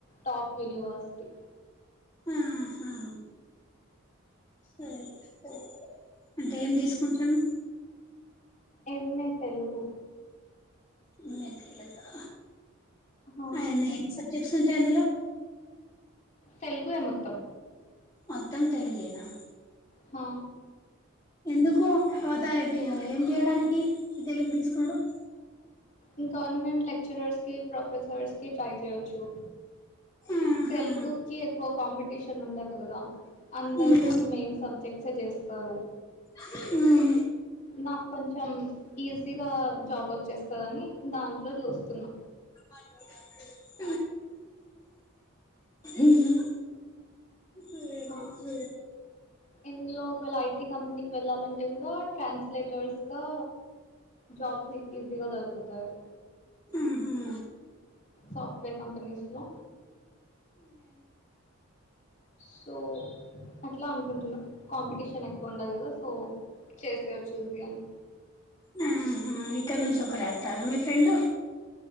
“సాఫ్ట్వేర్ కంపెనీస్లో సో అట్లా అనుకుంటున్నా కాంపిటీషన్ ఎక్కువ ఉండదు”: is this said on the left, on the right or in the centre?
Left